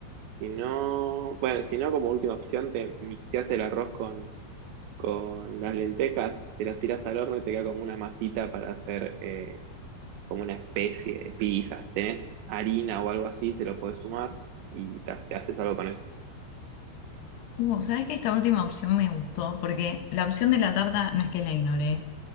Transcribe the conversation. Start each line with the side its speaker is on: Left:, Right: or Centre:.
Right: si no, bueno, si no, como última opción, te mixeaste el arroz con, con las lentejas, te las tirás al horno y te queda como una masita para hacer. eh, como una especie de pizza. Si tenés harina o algo así, se lo podés sumar y te, ha- te haces algo con eso.
Left: Uh, ¿sabes que Esta última opción me gustó porque la opción de la tarta no es que la ignoré,